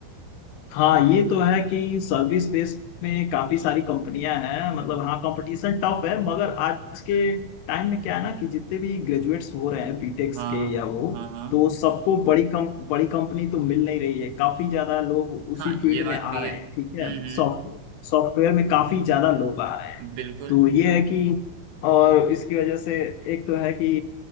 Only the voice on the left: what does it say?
हाँ ये तो है कि सर्विस बेस में काफी सारी कंपनियां हैं मतलब हाँ कंपटीशन टफ है मगर आज के टाइम में क्या है ना कि जितने भी ग्रेजुएट्स हो रहे हैं बीटेक्स
के या वो
तो सबको बड़ी कम बड़ी कंपनी तो मिल नहीं रही है काफी ज्यादा लोग उसी
फील्ड
में आ
रहे
हैं ठीक है
सॉफ्टवेयर सॉफ्टवेयर में काफी ज्यादा लोग आ रहे हैं
तो ये है कि और इसकी वजह से एक तो है कि